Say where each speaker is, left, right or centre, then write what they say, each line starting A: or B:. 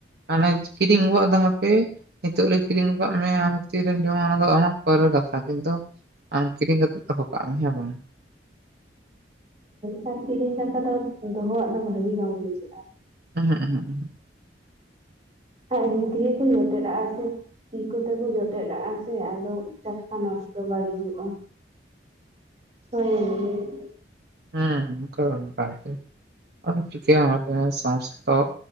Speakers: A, on the right; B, on the right.
A: ᱢᱟᱱᱮ ᱠᱤᱨᱤᱧ ᱟᱹᱜᱩ ᱦᱟᱯᱮᱹ ᱱᱤᱛᱚᱜ ᱨᱮ ᱠᱤᱨᱤᱧ ᱠᱟᱜ ᱢᱮ ᱟᱢ ᱛᱤᱨᱮᱢ ᱡᱚᱢᱟ ᱚᱱᱟ ᱫᱚ ᱟᱢᱟᱜ ᱯᱚᱨᱮᱨ ᱠᱟᱛᱷᱟ ᱠᱤᱱᱛᱩ ᱟᱢ ᱠᱤᱨᱤᱧ ᱠᱟᱛᱮᱫ ᱫᱚᱦᱚ ᱠᱟᱜ ᱢᱮ ᱦᱮᱸ ᱵᱟᱝ
B: ᱦᱳᱭ ᱠᱤᱨᱤᱧ ᱫᱟᱠᱟ ᱫᱚ ᱫᱚᱦᱚᱣᱟᱜ ᱫᱚ ᱵᱷᱟᱜᱤ ᱵᱟᱝ ᱵᱩᱡᱷᱟᱹᱜᱼᱟ
A: ᱚᱸᱦᱚᱸᱜ ᱚᱸᱦᱚᱸᱜ ᱚᱸᱦᱚᱸᱜ ᱚᱸᱦᱚᱸᱜ
B: ᱟᱨ ᱮᱢᱱᱤ ᱛᱮᱜᱮ ᱠᱚ ᱡᱚᱴᱮᱫ ᱟᱜ-ᱟ ᱥᱮ ᱛᱤ ᱠᱚᱛᱮ ᱠᱚ ᱡᱚᱴᱮᱫᱟᱜᱼᱟ ᱥᱮ ᱟᱫᱚ ᱴᱟᱴᱠᱟ ᱱᱚᱥᱴᱚ ᱵᱟᱹᱲᱤᱡᱚᱜ-ᱟ ᱦᱳᱭ
A: ᱦᱢ ᱚᱱᱠᱟ ᱫᱚ ᱚᱱᱠᱟ ᱜᱮ, ᱟᱫᱚ ᱪᱤᱠᱟᱹᱭᱟᱢ ᱢᱟᱥᱮ ᱞᱟᱹᱭᱢᱮ ᱥᱚᱢᱚᱥᱛᱚ